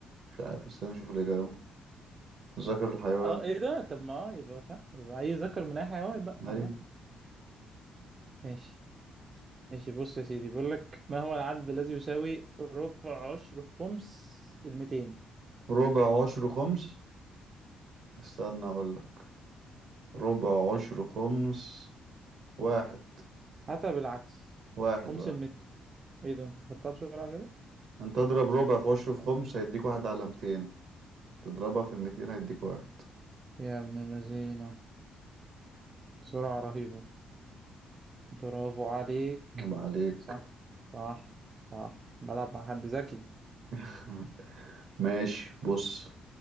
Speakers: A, on the right; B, on the right.
A: مش عارف استنى اشوف الإجابة ذكر الحيوان
B: اه ايه ده طب ما آه، يبقى صح يبقى اي ذكر من اي حيوان بقى
A: ايوه
B: عمال ماشي ماشي بص يا سيدي بيقول لك ما هو العدد الذي يساوي ربع عشر خمس الميتين
A: ربع عشر خمس استنى اقول لك ربع عشر خمس واحد
B: حتى بالعكس
A: واحد
B: خمس
A: واحد
B: المتر ايه ده انت حسبتها بسرعة كده
A: انت تضرب ربع في عشر في خمس هيديك واحد على 200 تضربها في الميتين هيديك واحد
B: يا ابن اللذينة سرعة رهيبة برافو عليك
A: يبقى عليك
B: صح صح صح بلعب مع حد ذكي
A: <laughs> ماشي بص